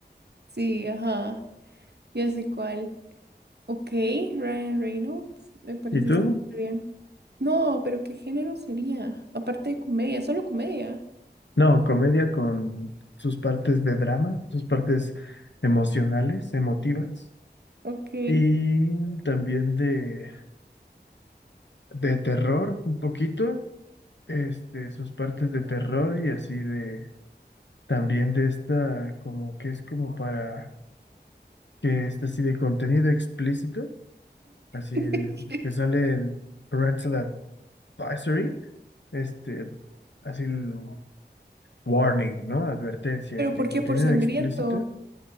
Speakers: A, on the right; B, on the left.
A: Sí, ajá, ya sé cuál. Ok, Ryan Reynolds, me parece
B: ¿Y tú?
A: súper bien. No, pero ¿qué género sería? Aparte de comedia, solo comedia.
B: No, comedia con sus partes de drama, sus partes emocionales, emotivas.
A: Ok.
B: Y también de, de terror un poquito, este, sus partes de terror y así de, también de esta, como que es como para, que es así de contenido explícito, así
A: <laughs>
B: de- que sale el parental advisory, este, así el warning, ¿no? Advertencia,
A: ¿Pero
B: este,
A: por
B: contenido
A: qué? Por sangriento.
B: explícito.